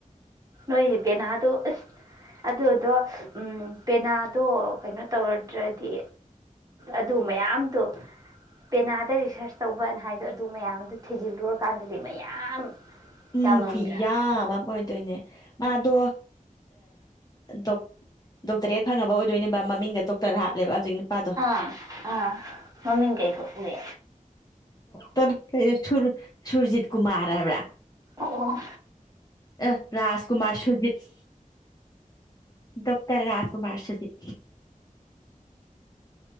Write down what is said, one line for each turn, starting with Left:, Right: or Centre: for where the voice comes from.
Right: ꯅꯣꯏꯗꯤ ꯄꯦꯅꯥꯗꯣ ꯑꯁ ꯑꯗꯨꯗꯣ ꯄꯦꯅꯥꯗꯣ ꯀꯩꯅꯣ ꯇꯧꯔꯗ꯭ꯔꯗꯤ ꯑꯗꯨ ꯃꯌꯥꯝꯗꯣ ꯄꯦꯅꯥꯗ ꯔꯤꯁꯔꯁ ꯇꯧꯕꯅ ꯍꯥꯏꯗꯣ ꯑꯗꯨ ꯃꯌꯥꯝꯗꯣ ꯊꯤꯖꯤꯜꯂꯨꯔꯀꯥꯟꯗꯗꯤ ꯃꯌꯥꯝ
Left: ꯎꯝ
Right: ꯌꯥꯝꯃꯝꯗ꯭ꯔꯥ
Left: ꯈꯨꯏ ꯌꯥꯕ ꯑꯃ ꯑꯣꯏꯗꯣꯏꯅꯦ ꯃꯥꯗꯣ ꯗꯣꯛ ꯗꯣꯛꯇꯔꯦꯠ ꯐꯪꯉꯕ ꯑꯣꯏꯗꯣꯏꯅꯦꯕ ꯃꯃꯤꯡꯗ ꯗꯣꯛꯇꯔ ꯍꯥꯞꯂꯦꯕ ꯍꯧꯖꯤꯛ ꯅꯨꯄꯥꯗꯣ
Right: ꯑꯥ ꯑꯥ ꯃꯃꯤꯡ ꯀꯩ ꯀꯧꯋꯦ
Left: ꯀ ꯁꯨꯔ ꯁꯨꯔꯖꯤꯠ ꯀꯨꯃꯔ ꯍꯥꯏꯕ꯭ꯔꯥ
Right: ꯑꯣ ꯑꯣ
Left: ꯑ ꯔꯥꯖꯀꯨꯃꯥꯔ ꯁꯨꯔꯖꯤꯠ ꯗꯣꯛꯇꯔ ꯔꯥꯖꯀꯨꯃꯥꯔ ꯁꯨꯔꯖꯤꯠ